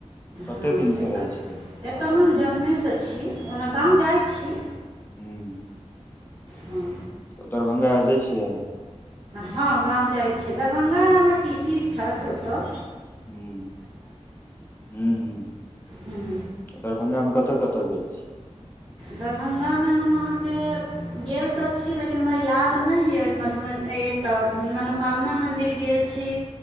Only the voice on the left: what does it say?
कते
दिनसँ
रहै छियै
आसाममे
हूँ।
त दरभंगा जाइ छियै।
हूँ हूँ हूँ
दरभंगामे कतऽ कतऽ गेल छियै